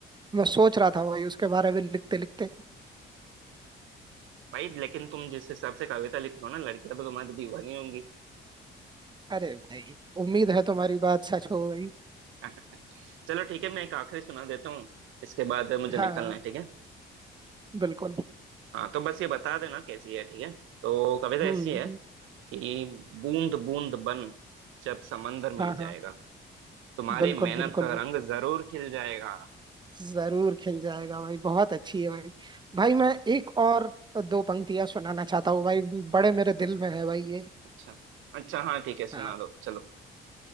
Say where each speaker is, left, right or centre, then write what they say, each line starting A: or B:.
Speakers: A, on the right; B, on the right.
A: मैं सोच रहा था भाई उसके बारे में लिखते लिखते
B: भाई लेकिन तुम जिस हिसाब से कविता लिख रहे हो ना लड़कियां तो तुम्हारी तो दीवानी होंगी
A: अरे भाई उम्मीद है तुम्हारी बात सच हो भाई
B: <laughs> चलो ठीक है मैं एक आखिरी सुना देता हूँ इसके बाद मुझे
A: हाँ
B: निकलना
A: हाँ,
B: है ठीक है
A: बिल्कुल
B: हाँ तो बस ये बता देना कैसी है ठीक है तो कविता
A: हम्म
B: ऐसी है कि बूंद बूंद बन जब समंदर मिल
A: हाँ
B: जाएगा
A: हाँ
B: तुम्हारी
A: बिल्कुल
B: मेहनत
A: बिल्कुल
B: का रंग जरूर खिल जाएगा
A: जरूर खिल जाएगा भाई बहुत अच्छी है भाई भाई
B: हाँ
A: मैं एक और दो पंक्तियां सुनाना चाहता हूँ भाई बड़े मेरे दिल में है भाई ये
B: अच्छा अच्छा हाँ ठीक है सुना
A: हाँ
B: दो चलो